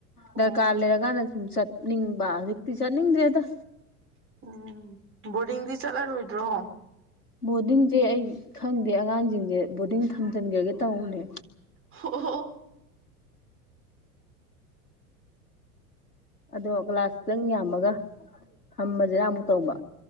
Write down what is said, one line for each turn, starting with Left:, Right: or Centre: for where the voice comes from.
Left: ꯗꯔꯀꯥꯔ
Right: ꯑꯣ
Left: ꯂꯩꯔꯀꯥꯟꯗ ꯁꯨꯝ ꯆꯠꯅꯤꯡꯕ ꯍꯧꯖꯤꯛꯇꯤ ꯆꯠꯅꯤꯡꯗ꯭ꯔꯦꯗ
Right: ꯎꯝ ꯕꯣꯔꯗꯤꯡꯗꯤ ꯆꯠꯂꯔꯣꯏꯗ꯭ꯔꯣ
Left: ꯕꯣꯔꯗꯤꯡꯁꯦ ꯑꯩ ꯈꯪꯗꯦ ꯑꯉꯥꯡꯁꯤꯡꯁꯦ ꯕꯣꯔꯗꯤꯡ ꯊꯝꯖꯤꯟꯒ꯭ꯔꯒꯦ ꯇꯧꯕꯅꯦ
Right: ꯍ ꯍꯣ
Left: ꯑꯗꯣ ꯒ꯭ꯂꯥꯁ ꯈꯤꯇꯪ ꯌꯥꯝꯃꯒ ꯊꯝꯃꯁꯤꯔꯥ ꯑꯃꯨꯛ ꯇꯧꯕ